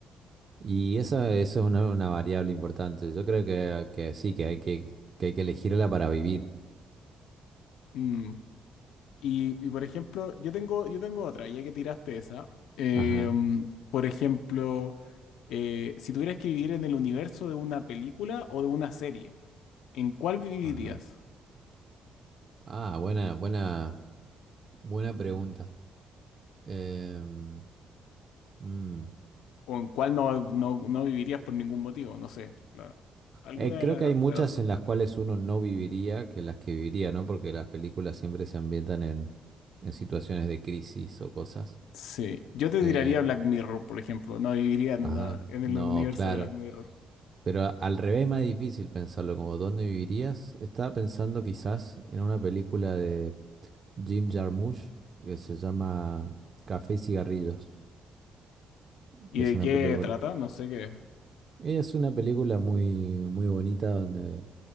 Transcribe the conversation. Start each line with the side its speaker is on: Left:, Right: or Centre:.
Right: Y esa, eso es una, una variable importante. Yo creo que, que sí, que hay que, que hay que elegirla para vivir.
Left: Mm. Y, y, por ejemplo, yo tengo, yo tengo otra, ya que tiraste esa. Em,
Right: Ajá,
Left: por ejemplo, eh, si tuvieras que vivir en el universo de una película o de una serie, ¿en cuál vivirías?
Right: ajá. Ah, buena, buena, buena pregunta. Em, mm.
Left: ¿O en cuál no, no, no vivirías por ningún motivo? No sé. la- alguna
Right: Eh, creo
Left: de, la-
Right: que hay muchas
Left: de las dos.
Right: en las cuales uno no viviría que las que viviría, ¿no? Porque las películas siempre se ambientan en, en situaciones de crisis o cosas.
Left: Sí. Yo te
Right: Em,
Left: tiraría Black Mirror, por ejemplo. No viviría en
Right: ajá,
Left: una, en
Right: no,
Left: el universo
Right: claro.
Left: de Black Mirror.
Right: Pero a- al revés es más difícil pensarlo, como ¿dónde vivirías? Estaba pensando quizás en una película de Jim Jarmusch que se llama Café y cigarrillos,
Left: ¿Y
Right: que es
Left: de
Right: una
Left: qué
Right: película,
Left: trata? No sé qué.
Right: es una película muy muy bonita donde